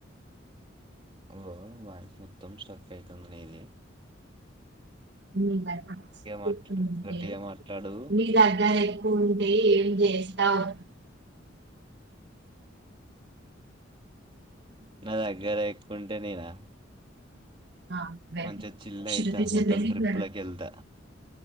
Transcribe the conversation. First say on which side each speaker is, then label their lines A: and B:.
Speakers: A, on the right; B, on the right.
A: అవు వాయిస్ మొత్తం స్ట్రక్ అయితుంది నిది
B: మీ దగ్గర తీసుకుంటే
A: మాట్లా గట్టిగా మాట్లాడు
B: మీ దగ్గరే కుంటే ఏం చేస్తావ్
A: నా దగ్గర తీసుకుంటే నేనా
B: ఆ వే
A: మంచిగా చిల్
B: శృతి
A: అయితా
B: <unintelligible>
A: మొత్తం ట్రిప్పులకి వెళ్తా